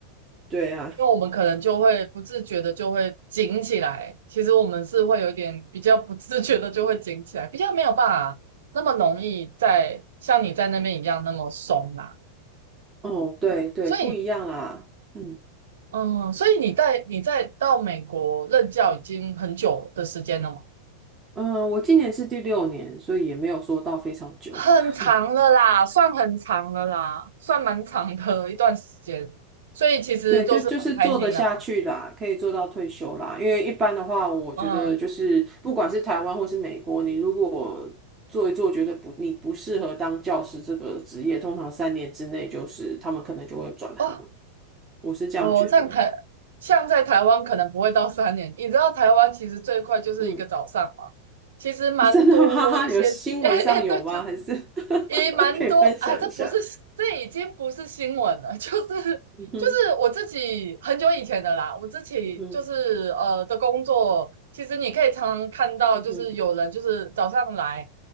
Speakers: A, on the right; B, on the right.
A: 对啊，
B: 因为我们可能就会不自觉的就会紧起来，其实我们是会有点比较不自觉的就会紧起来，比较没有办法那么容易在像你在那边一样那么松啦、
A: 哦，对对，
B: 所以，
A: 不一样啦。嗯
B: 嗯，所以你在你在到美国任教已经很久的时间了吗？
A: 嗯，呃我今年是第六年，所以也没有说到非常久。
B: 很长了啦，
A: <laughs>
B: 算很长了啦，算蛮长的一段时间。所以其实都是很开心的嘛。
A: 对，就就是做得下去啦，可以做到退休啦。因为一般的话，我觉得就是不管是台湾或是美国，
B: 嗯，
A: 你如果做一做，觉得不你不适合当教师这个职业，通常三年之内就是他们可能就会转行。
B: 哦，
A: 我是这样觉得。
B: 哦，像台像在台湾可能不会到三年，你知道台湾其实最快就是一个早上嘛，
A: 嗯，
B: 其实蛮多一些，
A: <laughs> 真的吗？有新闻上有吗？
B: <laughs> 哎哎对对，
A: 还是 <laughs>
B: 也蛮多啊，
A: 可以分享一下？
B: 这不是这已经不是新闻了，<laughs> 就是就是我自己很久以前的啦，
A: 嗯哼，
B: 我自己就是呃的工作，
A: 嗯哼，
B: 其实你可以常常看到，
A: 嗯哼，
B: 就是有人就是早上来，